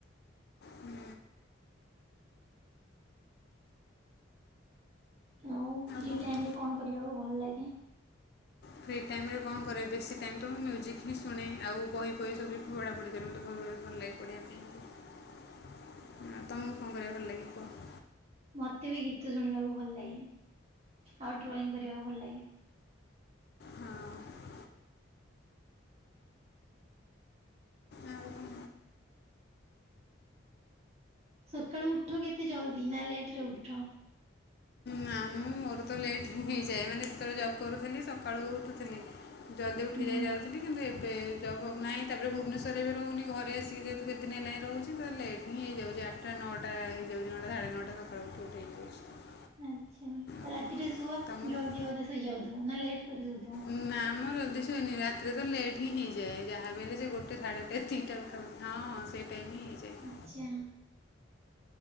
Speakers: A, on the left; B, on the right.
A: ହୁଁ,
B: ଆଉ ଫ୍ରି
A: କ'ଣ
B: ଟାଇମ
A: କୁହ?
B: ରେ କଣ କରିବାକୁ ଭଲ ଲାଗେ।
A: ଫ୍ରି ଟାଇମ୍ରେ କଣ କରେ ବେଶୀ ଟାଇମ୍ ତ ମୁଁ ମ୍ୟୁଜିକ୍ ହିଁ ଶୁଣେ, ଆଉ ବହି ଫହି ସବୁ ବି ପଢ଼ାପଢ଼ି କରେ ମୋତେ ଭ ଭଲ ଲାଗେ। ପଡ଼ିବା ପାଇଁ, ଆଉ ତମକୁ କଣ କରିବାକୁ ଭଲ ଲାଗେ କୁହ?
B: ମତେ ବି ଗୀତ ଶୁଣିବାକୁ ଭଲ ଲାଗେ, ଆଉ ଡ୍ରଇଂ କରିବାକୁ ଭଲ ଲାଗେ।
A: ହଁ ଆଉ କ'ଣ
B: ସକାଳୁ ଉଠ କେତେ ଜଲ୍ଦି ନା ଲେଟ୍ରେ ଉଠ।
A: ନା ମୁଁ ମୋର ତ ଲେଟ୍ ହିଁ ହେଇଯାଏ। ମାନେ ସେତେବେଳେ ଜବ୍ କରୁଥିଲି ସକାଳୁ ଉଠୁଥିଲି। ଜଲ୍ଦି ଉଠି
B: ହୁଁ।
A: ଯାଇ ଯାଉଥିଲି କିନ୍ତୁ ଏବେ ଏବେ ଜବ୍ ଫବ୍ ନାହିଁ। ତାପରେ ଭୁବନେଶ୍ୱରରେ ବି ରହୁନି, ଘରେ ଆସିକି ଯେହେତୁ କେତେଦିନ ହେଲାଣି ରହୁଛି। ତ ଲେଟ୍ ହିଁ ହେଇଯାଉଛି ଆଠ ଟା ନଟା ହେଇଯାଉଚି ନଟା଼ ସାଢ଼େ ନଅଟା ସକାଳୁ ଉଠି ଉଠି ହେଇଯାଉଛି
B: ଆଛା,
A: ଆଉ
B: ରାତିରେ ଶୁଅ
A: ତୁମକୁ
B: ଜଲ୍ଦି ବଧେ ଶୋଇଯାଉଥିବ ନା ଲେଟ୍ କରି ଶୋଉଥିବ?
A: ନା ମ ଜଲଦି ଶୁଏନି ରାତିରେ ତ ଲେଟ୍ ହିଁ ହେଇଯାଏ ଯାହା ବୋଇଲେ ଯେ ଗୋଟେ ସାଢ଼େଗୋଟେ ଦିଇଟା ପାଖାପାଖି ହଁ ହଁ ସେଇ ଟାଇମ୍ ହିଁ ହେଇଯାଏ। ହୁଁ।
B: ଆଛା।